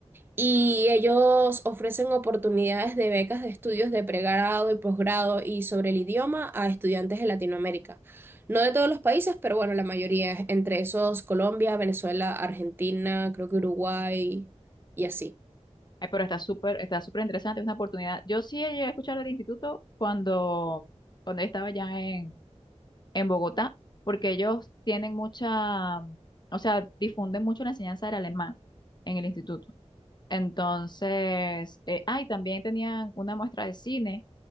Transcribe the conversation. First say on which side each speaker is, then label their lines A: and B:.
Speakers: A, on the right; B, on the left.
A: Y ellos ofrecen oportunidades de becas de estudios de pregrado y posgrado y sobre el idioma a estudiantes de Latinoamérica. No de todos los países, pero bueno, la mayoría, entre esos Colombia, Venezuela, Argentina, creo que Uruguay y así.
B: Ay, pero está súper, está súper interesante, es una oportunidad. Yo sí llegué a escuchar del instituto cuando, cuando yo estaba ya en, en Bogotá, porque ellos tienen mucha, o sea, difunden mucho la enseñanza del alemán en el instituto. Entonces, eh, ay, también tenían una muestra de cine